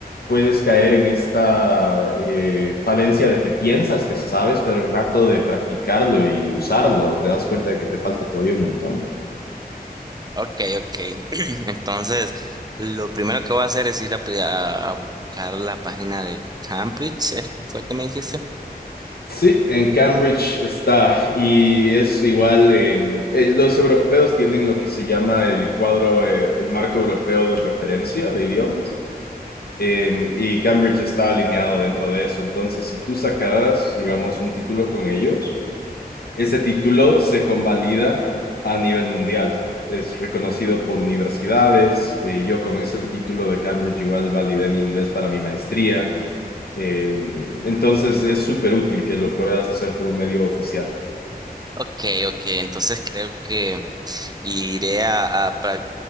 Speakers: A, on the left; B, on the right.
A: puedes caer en esta eh, falencia de que piensas que sabes, pero el rato de practicarlo y usarlo, te das cuenta de que te falta todavía un montón.
B: Ok, ok. <clears throat> Entonces, lo primero que voy a hacer es ir a, a- a buscar la página de Cambridge, ¿eh? ¿fue que me dijiste?
A: Sí, en Cambridge está y es igual, eh, eh, los europeos tienen lo que se llama el cuadro, eh, el marco europeo de referencia de idiomas eh, y Cambridge está alineado dentro de eso. Entonces, si tú sacaras, digamos, un título con ellos, ese título se convalida a nivel mundial. Es reconocido por universidades. eh, yo con ese título de Cambridge igual validé mi inglés para mi maestría. Eh, entonces es súper útil que lo puedas hacer por un medio oficial.
B: Ok, ok. Entonces creo que Y iré a, a pra-